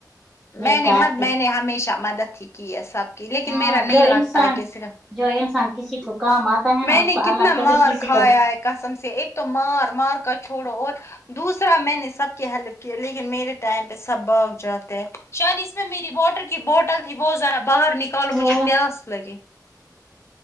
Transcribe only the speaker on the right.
یہ
کرتے
ہاں
جو
انسان
جو انسان کسی کو کام اتا ہے نا
اس
کو
اللہ کبھی
کسی
کو
تو